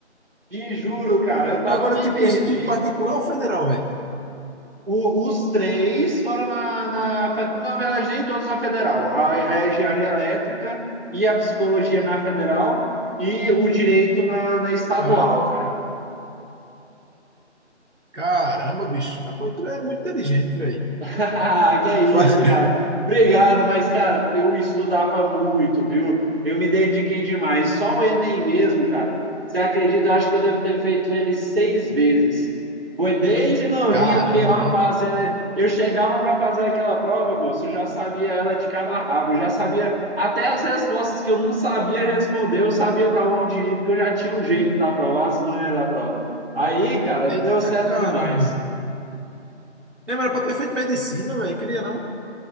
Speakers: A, on the right; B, on the right.
A: Te juro, cara, eu tava
B: Agora,
A: meio
B: tipo,
A: perdido.
B: isso tudo particular ou federal, velho?
A: O- os três foram na, na, fe- na verdade, nem todos na federal. A, a engenharia elétrica e a psicologia na federal e o direito na, na estadual,
B: Hã?
A: cara.
B: Caramba, bicho. Ah, pois tu é muito inteligente, velho.
A: <laughs> que é isso,
B: <laughs>
A: cara. Obrigado, mas, cara, eu estudava muito, viu? Eu me dediquei demais. Só o Enem mesmo, cara. Você acredita? Eu acho que eu devo ter feito ele seis vezes. Foi desde novinho,
B: Caramba,
A: eu fiquei lá
B: velho.
A: fazendo. Eu chegava para fazer aquela prova, moço, eu já sabia ela de cabo a rabo, eu já sabia até as respostas que eu não sabia responder, eu sabia para onde ir, porque eu já tinha o jeito da prova, as manhas da prova. Aí, cara,
B: Eita
A: deu certo
B: caramba,
A: demais.
B: meu irmão. Lembra, era pra ter feito medicina, velho. Queria não?